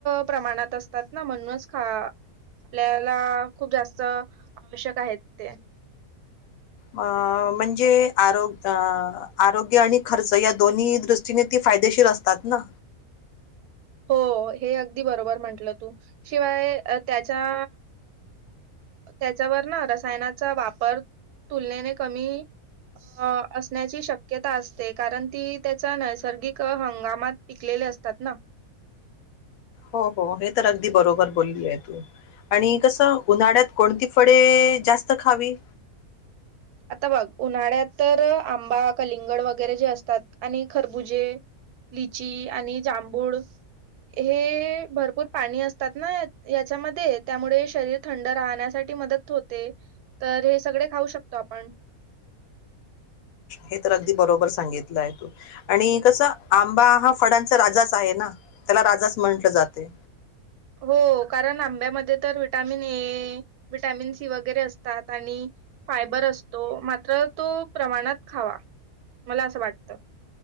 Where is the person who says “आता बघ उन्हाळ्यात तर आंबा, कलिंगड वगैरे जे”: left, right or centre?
Right